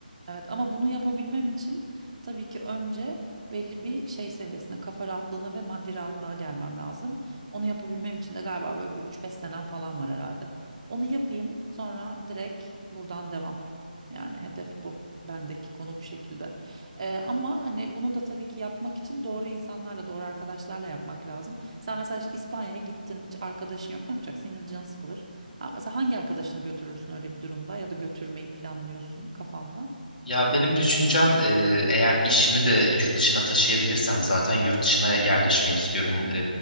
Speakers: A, on the right; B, on the left.
A: Evet ama bunu yapabilmem için tabii ki önce belli bir şey seviyesine, kafa rahatlığına ve maddi rahatlığa gelmem lazım. Onu yapabilmem için de galiba böyle bir üç beş senem falan var herhalde. Onu yapayım sonra direkt buradan devam. Yani hedef bu. Bendeki konu bu şekilde. Ee, ama hani bunu da tabii ki yapmak için doğru insanlarla, doğru arkadaşlarla yapmak lazım. Sen mesela işte İspanya'ya gittin, hiç arkadaşın yok, ne yapacaksın? Yine canın sıkılır. Ha, mesela hangi arkadaşını götürürsün öyle bir durumda ya da götürmeyi planlıyorsun kafanda?
B: Ya benim düşüncem e, eğer işimi de yurt dışına taşıyabilirsem zaten yurt dışına yerleşmeyi istiyorum. E,